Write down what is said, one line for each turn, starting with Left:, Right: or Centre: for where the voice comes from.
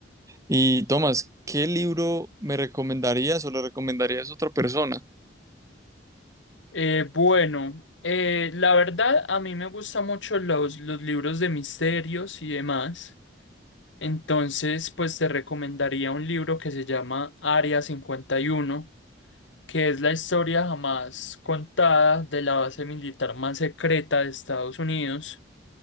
Right: Y Tomás, ¿qué libro me recomendarías o le recomendarías a otra persona?
Left: Eh, bueno, eh, la verdad a mí me gustan mucho los, los libros de misterios y demás. Entonces, pues te recomendaría un libro que se llama Área 51, que es la historia jamás contada de la base militar más secreta de Estados Unidos.